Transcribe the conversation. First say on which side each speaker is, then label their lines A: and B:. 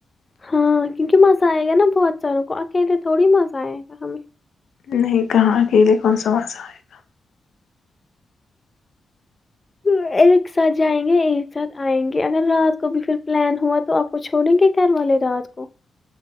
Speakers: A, on the left; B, on the left.
A: ہاں کیونکہ مزہ آئے گا نا بہت ساروں کو اکیلے تھوڑی مزہ آئے گا ہمیں
B: نہیں کہاں اکیلے کون سا مزہ آئے گا
A: ہوں ایک ساتھ جائیں گے ایک ساتھ آئیں گے اگر رات کو بھی پھر پلان ہوا تو آپ کو چھوڑیں گے گھر والے رات کو